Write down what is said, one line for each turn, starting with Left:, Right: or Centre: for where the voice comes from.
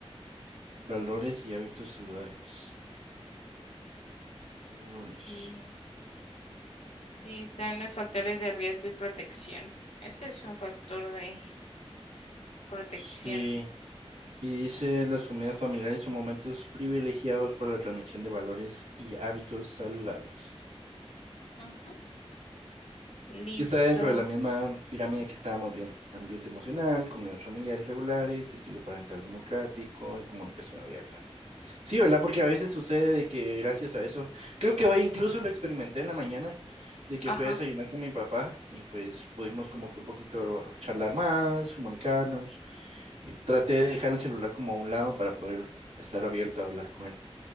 Right: valores y hábitos saludables.
Left: Sí,
Right: Valores.
Left: sí, está en los factores de riesgo y protección. Ese es un factor de protección.
Right: Sí. Y dice, las comidas familiares son momentos privilegiados para la transmisión de valores y hábitos saludables.
Left: Ujú. Listo.
Right: que está dentro de la misma pirámide que estábamos viendo. Ambiente emocional, comidas familiares regulares, estilo parental democrático y comunicación abierta. Sí, ¿verdad? Porque a veces sucede de que gracias a eso, creo que hoy incluso lo experimenté en la mañana, de que
Left: Ajá.
Right: fui a desayunar con mi papá y pues pudimos como que un poquito charlar más, comunicarnos y traté de dejar el celular como a un lado para poder estar abierto a hablar con él.